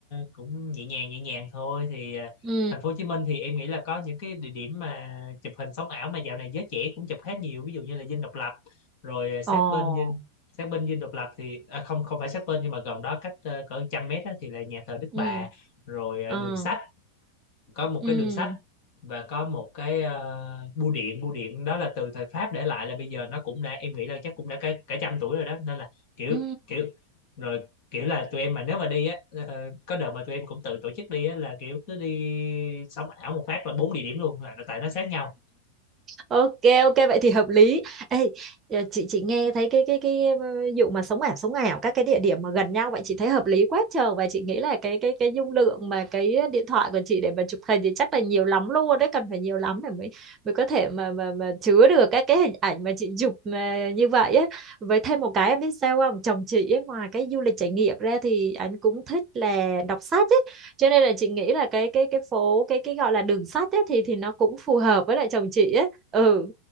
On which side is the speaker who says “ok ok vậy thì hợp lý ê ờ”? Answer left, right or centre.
Right